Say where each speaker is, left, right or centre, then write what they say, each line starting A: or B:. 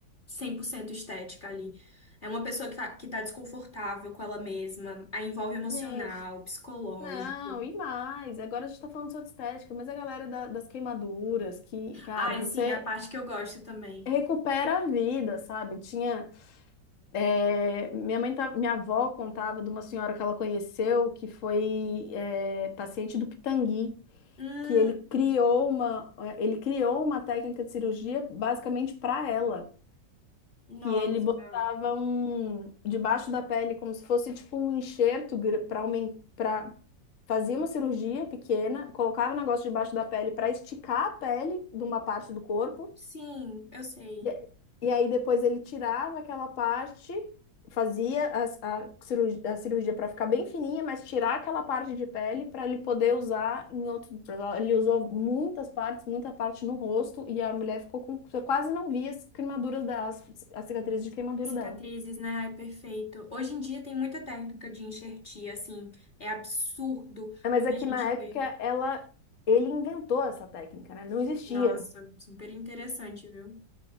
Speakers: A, on the left; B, on the left.
A: 100% estética ali. É uma pessoa que tá, que tá desconfortável com ela mesma. Aí envolve emocional,
B: Gente,
A: psicológico.
B: Não, e mais. Agora a gente tá falando só de estética, mas a galera da- das queimaduras, que, cara,
A: Ah, e
B: você
A: sim, é a parte que eu gosto também.
B: recupera a vida, sabe? Tinha. é, minha mãe tá- minha avó contava de uma senhora que ela conheceu que foi é, paciente do Pitangui,
A: Hum,
B: que ele criou uma, é, ele criou uma técnica de cirurgia basicamente para ela
A: nossa.
B: que ele botava um debaixo da pele como se fosse tipo um enxerto para aumentar, fazia uma cirurgia pequena, colocava o negócio debaixo da pele para esticar a pele de uma parte do corpo
A: Sim, eu sei.
B: e, e aí depois ele tirava aquela parte, fazia a, a cirurgia, a cirurgia para ficar bem fininha, mas tirar aquela parte de pele para ele poder usar em outro. Ele usou muitas partes, muita parte no rosto, e a mulher ficou com. Você quase não via as queimaduras das, as as cicatrizes de queimadura
A: Cicatrizes,
B: dela.
A: né? Ai, perfeito. Hoje em dia tem muita técnica de enxertia, assim, é absurdo
B: É, Mas
A: quando
B: é que
A: a gente
B: na
A: vê.
B: época ela, ele inventou essa técnica, né? Não existia.
A: Nossa, super interessante, viu?